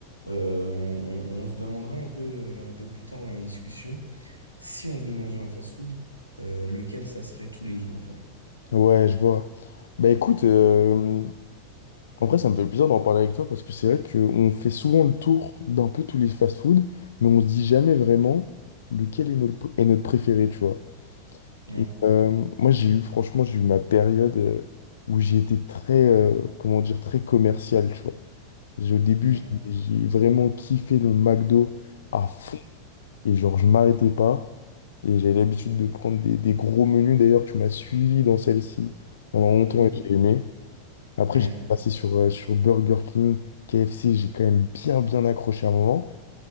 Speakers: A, on the left (about 85°); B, on the left (about 65°).
A: euh, on, on- on se demandera un peu, euh, un peu plus tard dans la discussion, si on devait manger un fast-food, euh, lequel ça serait tous les jours, genre.
B: Ouais, je vois. Bah écoute, euh, en vrai, ça me fait plaisir d'en parler avec toi, parce que c'est vrai qu'on fait souvent le tour d'un peu tous les fast-food, mais on se dit jamais vraiment lequel est notre, est notre préféré, tu vois.
A: Ouais,
B: Et euh, moi, j'ai eu, franchement, j'ai eu ma période euh, où j'ai été très, euh, comment dire, très commercial, tu vois. J'ai- Au début,
A: ouais.
B: j'ai j'ai vraiment kiffé le McDo à fond. Et genre, je m'arrêtais pas. Et j'avais l'habitude de prendre des, des gros menus. D'ailleurs, tu m'as suivi dans celle-ci pendant longtemps
A: Mm.
B: et j'ai aimé. Après,
A: Ouais,
B: j'étais passé sur, euh, sur Burger King, KFC. J'ai quand même bien, bien accroché à un moment.